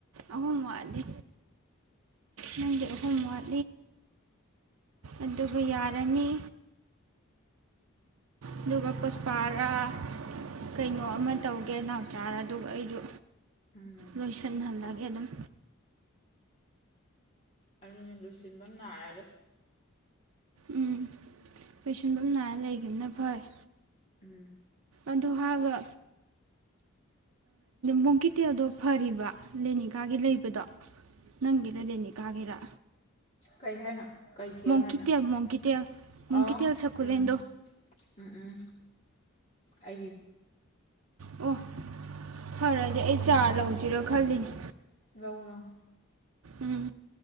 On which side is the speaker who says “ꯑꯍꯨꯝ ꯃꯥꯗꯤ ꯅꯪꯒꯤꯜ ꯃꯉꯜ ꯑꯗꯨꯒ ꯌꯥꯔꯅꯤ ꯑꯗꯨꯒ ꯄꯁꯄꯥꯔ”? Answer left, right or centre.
Right